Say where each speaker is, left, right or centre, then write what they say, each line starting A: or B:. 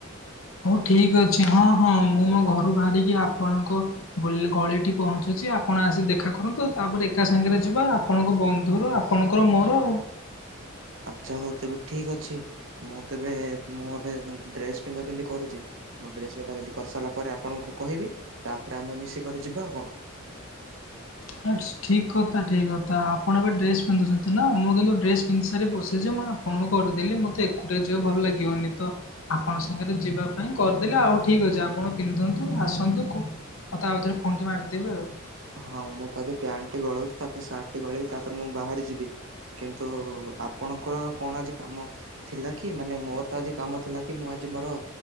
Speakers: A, on the left; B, on the right.
A: ହଉ ଠିକ ଅଛି ହଁ ହଁ ମୁଁ ମୋ ଘରୁ ବାହାରିକି ଆପଣଙ୍କ ଗଲ ଗଳିଠି ପହଞ୍ଚୁଛି ଆ ଆପଣ ଆସି ଦେଖା କରନ୍ତୁ ତାପରେ ଏକା ସାଙ୍ଗରେ ଯିବା ଆପଣଙ୍କ ବନ୍ଧୁ ର ଆପଣଙ୍କର ମୋର
B: ଆଚ୍ଛା ହଉ ତେବେ ଠିକ ଅଛି ମୁଁ ତେବେ ମୁଁ ଏବେ ଡ୍ରେସ ପିନ୍ଧା ପିନ୍ଧି କରୁଛି। ମୁଁ ଡ୍ରେସ ବିନ୍ଧା ପିନ୍ଧି କରିସାରିଲା ପରେ ଆପଣଙ୍କୁ କହିବି ତାପରେ ଆମେ ମିଶିକରି ଯିବା ଆଉ କଣ। <inaudible>
A: ହ ଠିକ୍ କଥା ଠିକ୍ କଥା ଆପଣ ଏବେ ଡ୍ରେସ୍ ପିନ୍ଧୁଛନ୍ତି ନା ମୁଁ କିନ୍ତୁ ଡ୍ରେସ୍ ପିନ୍ଧି ସାରି ବସିଛି ମ ଆପଣଙ୍କୁ କରିଦେଲି ମତେ ଏକୁଟଆ ଯିବ ଭଲ ଲାଗିବନି ତ ଆପଣ ସାଙ୍ଗରେ ଯିବା ପାଇଁ କରିଦେଲି ଆଉ ହଉ ଠିକ ଅଛି ଆପଣ ପିନ୍ଧନ୍ତୁ ଆସନ୍ତୁ କ ମତେ ଆଉ ଥରେ ଫୋନ୍ ଟି ମାରିଦେବେ ଆଉ।
B: ହଁ ମୁଁ ତବେ ପ୍ୟାଣ୍ଟ ଟି ଗଳଉଛି ତାପରେ ସାର୍ଟ ଟି ଗଳେଇବି ତାପରେ ମୁଁ ବାହାରାରି ଯିବି କିନ୍ତୁ ଆପଣଙ୍କର କଣ ଆଜି କାମ ଥିଲା କି ମାନେ ମୋର ତ ଆଜି କାମ ଥିଲା କି ମୁଁ ଆଜି ମୋର